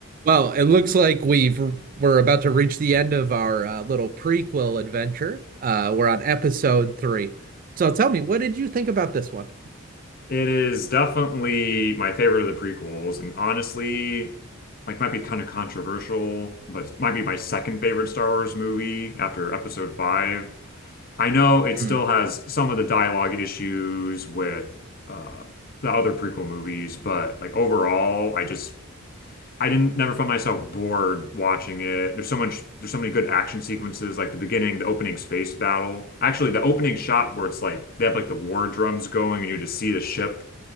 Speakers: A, on the right (about 40°); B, on the left (about 45°).
A: Well, it looks like we've we're about to reach the end of our uh, little prequel adventure. Uh, we're on episode three. So tell me, what did you think about this one?
B: It is definitely my favorite of the prequels, and honestly, like might be kind of controversial, but it might be my second favorite Star Wars movie after Episode Five. I know it
A: Hmm.
B: still has some of the dialogue issues with uh, the other prequel movies, but like overall, I just I didn't never found myself bored watching it. There's so much, there's so many good action sequences, like the beginning, the opening space battle. Actually, the opening shot where it's like they have like the war drums going, and you just see the ship